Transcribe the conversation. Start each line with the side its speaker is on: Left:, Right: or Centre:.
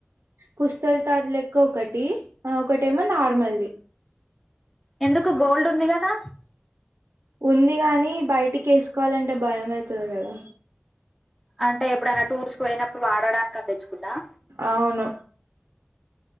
Right: పుస్తెలతాడు లెక్క ఒకటి ఒకటేమో నార్మల్ ది
Centre: ఎందుకు గోల్డ్ ఉంది కదా
Right: ఉంది గాని బయటికి వేసుకోవాలంటే భయం అయితుది కదా
Centre: అంటే ఎప్పుడైనా టూర్స్ పోయినప్పుడు వాడటానికని తేచ్చుకుందాం
Right: అవును